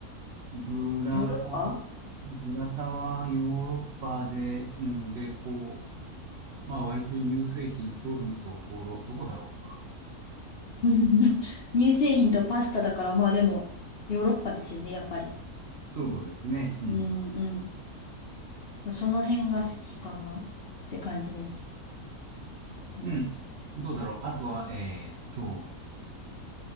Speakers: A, on the right (about 60°); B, on the left (about 50°).
A: グラタン、
B: ヨーロッパ
A: グラタンはヨーロッパで、うん、で、こう、まあ割と乳製品取るところ、どこだろ
B: <laughs> うん乳製品とパスタだから、まあでも、ヨーロッパですよね、やっぱり。
A: う。そうですね。うん。
B: うんうん。まあその辺が好きかなって感じです。うん。
A: うん。どうだろう。あとは、えーっと、